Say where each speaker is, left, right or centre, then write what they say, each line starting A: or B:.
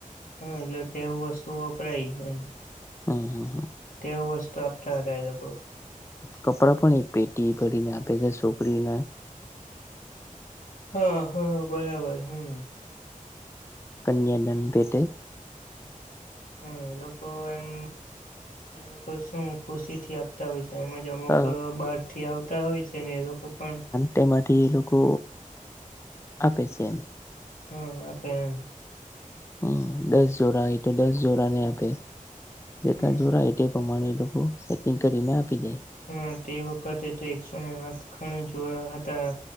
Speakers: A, on the left; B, on the left.
A: હા એટલે તેવું વસ્તુ વપરાય એમ
B: હા હા હા
A: તેવું વસ્તુ આપતા હતા એ લોકો
B: કપડા પણ એક પેટી ભરીને આપે છે છોકરી ના
A: હા હા બરાબર હમ
B: કન્યાનાંદ પેટે
A: હા એ લોકો એમ એ લોકો શું ખુશી થી આપતા હોય છે, એજ જમોક
B: હા
A: બહાર થી આવતા હોય છે, ને એ લોકો પણ
B: તેમાંથી એ લોકો આપે છે, એમ
A: હા તો એમ
B: હ દસ જોરા હોય તો દસ જોરા ને આપે જેટલા
A: હમ
B: જોરાય તે પ્રમાણે એ લોકો સેટિંગ કરીને આપી દે
A: હા તે વખતે તો એકસોને આઠ ખણ જોડા હતા